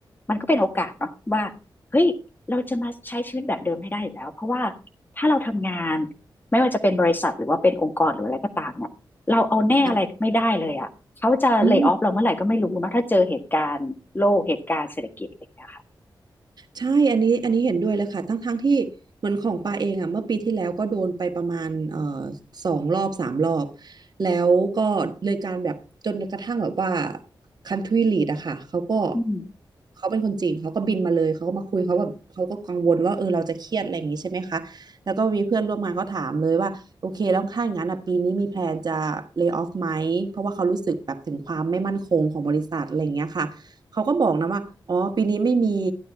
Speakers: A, on the left (about 25°); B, on the right (about 55°).
A: มันก็เป็นโอกาสเนาะว่าเฮ้ยเราจะมาใช้ชีวิตแบบเดิมให้ได้อยู่แล้วเพราะว่าถ้าเราทำงานไม่ว่าจะเป็นบริษัทหรือว่าเป็นองค์กรหรืออะไรก็ตามเนี่ยเราเอาแน่อะไรไม่ได้เลยอ่ะเขาจะเล
B: ค่ะอืม
A: y o ออฟเราเมื่อไหร่ก็ไม่รู้เนาะถ้าเจอเหตุการณ์โลกเหตุการณ์เศรษฐกิจอะไรอย่างเงี้ยค่ะ
B: ใช่อันนี้อันนี้เห็นด้วยเลยค่ะทั้งทั้งที่เหมือนของปาเองอ่ะเมื่อปีที่แล้วก็โดนไปประมาณเอ่อสองรอบสามรอบ แล้วก็เลยการแบบจนกระทั่งแบบว่า country lead อะค่ะเขาก็
A: อืม
B: เขาเป็นคนจีนเขาก็บินมาเลยเขาก็มาคุยเขาแบบเขาก็กังวลว่าเออเราจะเครียดอะไรอย่างนี้ใช่ไหมคะแล้วก็มีเพื่อนร่วมงานก็ถามเลยว่าโอเคแล้วถ้าอย่างนั้นอ่ะปีนี้มีแพลนจะ lay off ไหมเพราะว่าเขารู้สึกแบบถึงความไม่มั่นคงของบริษัทอะไรอย่างเงี้ยค่ะเขาก็บอกนะว่าอ๋อปีนี้ไม่มี